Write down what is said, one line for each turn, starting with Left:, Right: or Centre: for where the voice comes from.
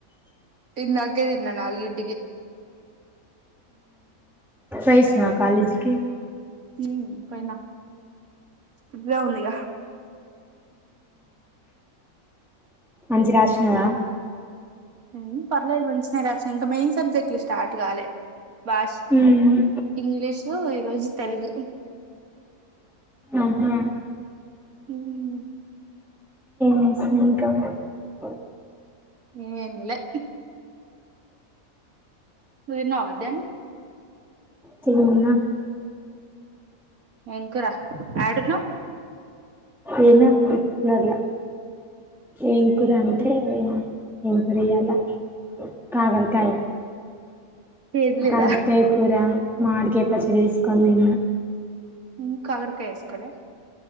Right: ఇందాకే తిన్న నాలుగింటికి
Centre: పోయోచ్చీనవ కాలేజీకి
Right: ఉం పోయిన ఎగ్జామ్ ఉందిగా
Centre: మంచిర రాసినారా
Right: ఉం పర్లేదు మంచినే రాసిన ఇంకా మెయిన్ సబ్జెక్ట్లు స్టార్ట్ కాలే బాష
Centre: ఉమ్
Right: ఇంగ్లీషు ఈరోజు తెలుగు
Centre: ఆహా
Right: ఉం
Centre: <inaudible>
Right: ఏమ్ లే నువ్వు తిన్నావా మధ్యాహ్నం
Centre: తిన్న
Right: ఏమ్ కుర ఎడున్నవ్
Centre: ఏనా పట్టిలర్లా ఏం కూర అంటే <unintelligible> ఏమ్ కుర ఇయాల కాకరకాయ
Right: చేదు లేదా
Centre: కాకరకాయ కూర మామిడికాయ పచ్చడి ఏసుకొని తిన్న
Right: ఉం కాకర కాయ ఏసుకొలే